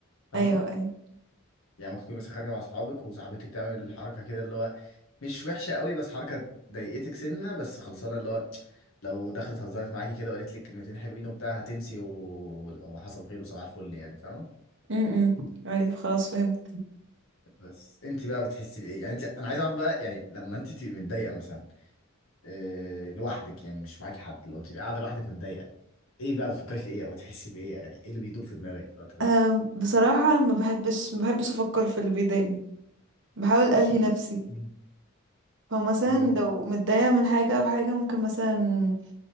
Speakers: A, on the left; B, on the right.
A: فاهمه
B: ايوه ايوه
A: يعني ممكن تكون مثلا خارجه مع اصحابك وصاحبتك تعمل حركه كده اللي هو مش وحشه قوي بس حركه ضايقتك سنه بس خلصانه اللي هو لو دخلت هزرت معاكي كده وقالت لك كلمتين حلوين وبتاع هتنسي و- وحصل خير وصباح الفل يعني فاهمه
B: امم ايوه خلاص فهمت
A: بس انت بقى بتحسي بايه يعني انت انا عايز اعرف بقى يعني لما انت تبقي متضايقه مثلا آه، لوحدك يعني مش معاكي حد لو تبقى قاعده لوحدك متضايقه ايه بقى بتفكري في ايه او تحسي بايه يعني ايه اللي بيدور في دماغك في الوقت ده
B: أه بصراحه ما بحبش ما بحبش افكر في اللي بيضايقني بحاول الهي نفسي
A: مم.
B: فمثلا
A: مم.
B: لو متضايقه من حاجه او حاجه ممكن مثلا